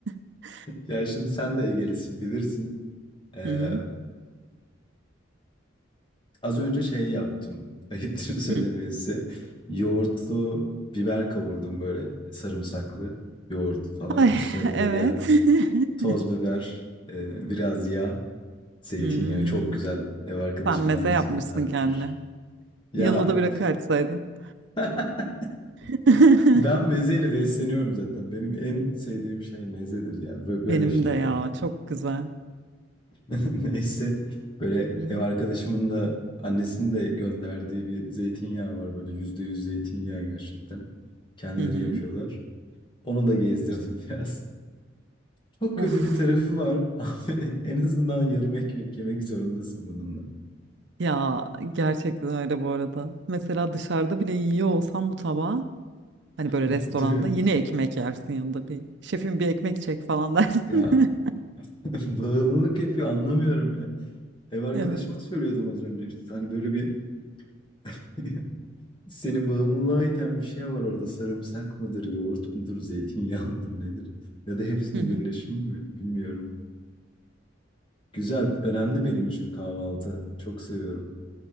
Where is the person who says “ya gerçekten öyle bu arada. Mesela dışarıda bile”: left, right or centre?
Right